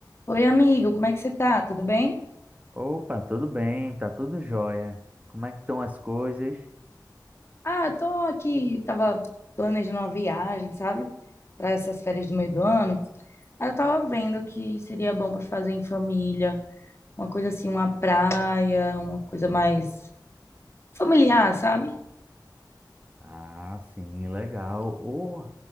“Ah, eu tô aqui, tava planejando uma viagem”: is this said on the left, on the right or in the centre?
Left